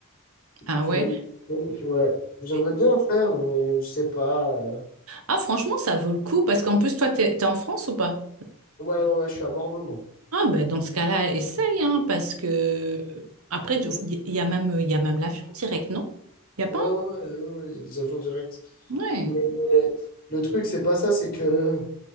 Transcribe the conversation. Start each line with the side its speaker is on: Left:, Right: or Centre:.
Right: Ah
Left: Je suis
Right: ouais.
Left: jamais... allé à Londres, Ouais. J'aimerais
Right: Et-
Left: bien le faire, mais je sais pas. euh.
Right: Ah, franchement, ça vaut le coup parce qu'en plus, toi, t'es, t'es en France ou pas?
Left: Ouais, ouais, ouais, je suis à Bordeaux, moi.
Right: Ah ben dans ce cas-là, essaye, hein, parce que après, tu-
Left: Mhm.
Right: il y il y a même, il y a même l'avion direct, non? Il n'y a
Left: Ouais,
Right: pas
Left: ouais, ouais, ouais, ouais, il y a des agents directs.
Right: un- Ouais.
Left: Mais euh, le truc, c'est pas ça, c'est que,